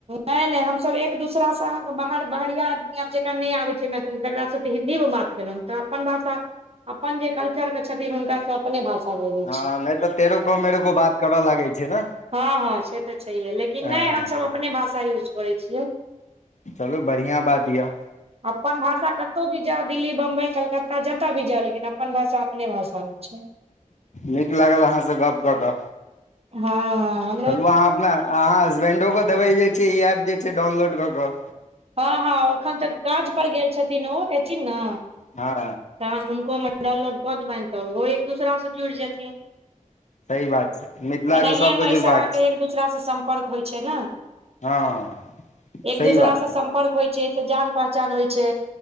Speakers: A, on the right; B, on the left.
A: नहि नहि, हमसभ एक दोसरासँ अहाँकेँ बाहर बहिरिया आदमी आब। जेकरा नहि आबै छै मैथिली, तकरासँ तऽ हिन्दीमे बात। केलहुँ तऽ अपन भाषा, अपन जे कल्चर छै, हुनका सभ। अपने भाषा बोले
B: हँ नहि तऽ तेरो गो मेरगो बात करऽ लागैत छै ने।
A: हँ हँ, से तऽ छैहे। लेकिन
B: हँ
A: नहि, हमसभ अपने भाषा यूज करै छियै।
B: चलू बढ़िआँ बात यऽ।
A: अपन भाषा कतहु भी जाउ दिल्ली, बम्बई, कलकत्ता जतय भी जाउ, लेकिन अपन भाषा अपने भाषा होइत छै।
B: नीक लागल अहाँसँ गप कऽ कऽ।
A: हँ हँ
B: चलू अहाँ अपना अहाँ हसबेंडो देबै जे छै, ई एप जे छै डाउनलोड कऽ के।
A: हँ हँ एखन तऽ काज पर गेल छथिन ओ एयथिन ने।
B: हँ
A: तहन हुनकोमे डाउनलोड कऽ देबनि तऽ ओहो एक दोसासँ जुड़ि जेथिन।
B: सही बात छै मिथिलाके
A: एनाहिएमे
B: सभके
A: एहिसँ
B: जुड़बाक
A: अहाँकेँ
B: छै
A: एक दूसरासँ सम्पर्क होइ छै ने।
B: हँ
A: एक
B: सही
A: दूसरा
B: बात
A: सम
B: छै।
A: सम्पर्क होइ छै से जान पहचान होइ छै,